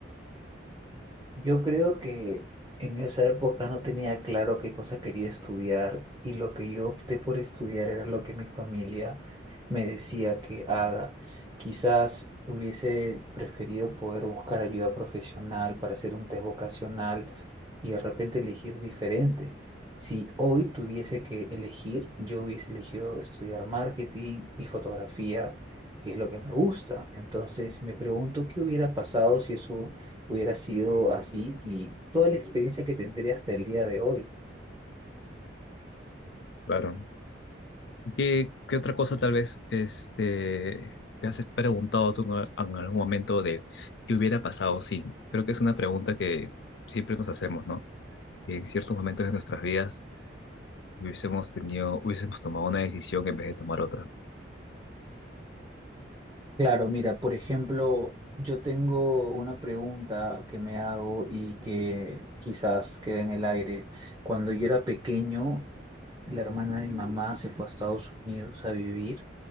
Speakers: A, on the right (about 20°); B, on the left (about 60°).
A: Yo creo que en esa época no tenía claro qué cosa quería estudiar y lo que yo opté por estudiar era lo que mi familia me decía que haga. Quizás hubiese preferido poder buscar ayuda profesional para hacer un test vocacional y de repente elegir diferente. Si hoy tuviese que elegir, yo hubiese elegido estudiar marketing y fotografía, que es lo que me gusta. Entonces me pregunto qué hubiera pasado si eso hubiera sido así y toda la experiencia que tendría hasta el día de hoy.
B: Claro. ¿Y qué, qué otra cosa tal vez este, te has preguntado tú en en algún momento de qué hubiera pasado? Sí, creo que es una pregunta que siempre nos hacemos, ¿no? que en ciertos momentos de nuestras vidas Hubiésemos tenido, hubiésemos tomado una decisión en vez de tomar otra.
A: Claro, mira, por ejemplo, yo tengo una pregunta que me hago y que quizás quede en el aire. Cuando yo era pequeño, la hermana de mi mamá se fue a Estados Unidos a vivir.